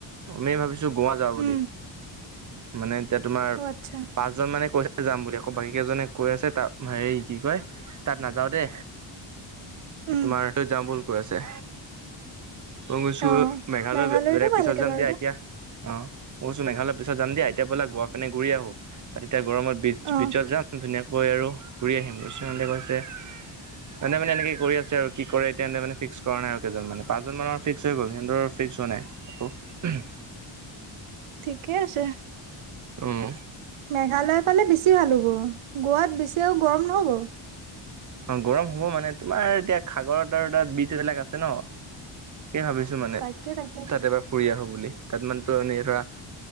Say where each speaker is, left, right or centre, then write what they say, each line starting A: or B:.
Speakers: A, on the right; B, on the right.
A: আমি ভাবিছো গুৱা যাওঁ বুলি,
B: উম
A: মানে এতিয়া তোমাৰ
B: অ আচ্ছা
A: পাছ এজন মানে কৈছে যাম বুলি, আকৌ বাকী কেইজনে কৈ আছে তা হেৰি কি কয় তাত নাযাওঁ দে।
B: উম
A: তোমাৰৈ যাওঁ বল কৈ আছে। মই কৈছো
B: অ
A: মেঘালয়
B: মেঘালয়তো
A: বেলেগ
B: ভাল
A: পিছত
B: লাগে
A: যাম
B: বাৰু
A: দিয়া, এতিয়া।
B: দে
A: অ', কৈছো মেঘালয়ৰ পিছত যাম দিয়া, এতিয়া বলা গুৱা পিনে ঘূৰি আহো। তাত এতিয়া গৰমত বীচ
B: অ
A: বীচত যাম ধুনীয়াকৈ- গৈ আৰু ঘূৰি আহিম, ইচোহঁতে কৈছে মানে মানে এনেকৈ কৰি আছে আৰু কি কৰে এতিয়া মানে ফিক্স কৰা নাই আৰু কেইজন মানে পাঁচজন মানৰ ফিক্স হৈ গল সিহতৰ ফিক্স হোৱা নাই। আকৌ <unintelligible>
B: ঠিকে আছে,
A: উম।
B: মেঘালয় ফালে বেছি ভাল হ'ব। গুৱাত বেছি আৰু গৰম নহ'ব।
A: অঁ ', গৰম হ'ব মানে তোমাৰ এতিয়া সাগৰৰ তাৰ বীজ এইবিলাক আছে ন। তাকে ভাবিছো মানে
B: তাকে তাকে
A: তাত এবাৰ- বঢ়িয়া হ'ব বুলি, তাত মানে এই ধৰা